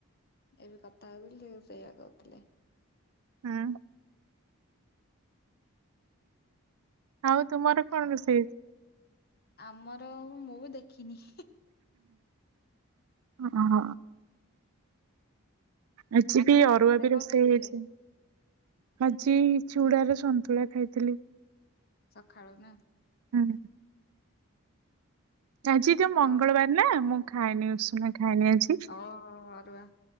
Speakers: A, on the left; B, on the right.
A: ଏବେ କଥା ହଉଥିଲି ସେ ସେଇଆ କହୁଥିଲେ।
B: ହାଁ। ଆଉ ତୁମର କଣ
A: ଆ
B: ରୋଷେଇ
A: ଆମର ମୁଁ ବି ଦେଖିନି
B: ହଁ ହ। ଆଜି ବି
A: ସକାଳେ
B: ଅରୁଆ ବି
A: କଣ
B: ରୋଷେଇ
A: ଖାଇଥିଲେ?
B: ହେଇଛି। ଆଜି ଚୁଡାର ସନ୍ତୁଳା ଖାଇଥିଲି।
A: ସଖାଳୁ ନା।
B: ହୁଁ। ଆଜି ତ ମଙ୍ଗଳବାର
A: ଆଉ
B: ନା ମୁଁ ଖାଇଏନି ଉଷୁମ ଖାଇଏନି ଆଜି।
A: ଓ ହୋ ଆରୁଆ।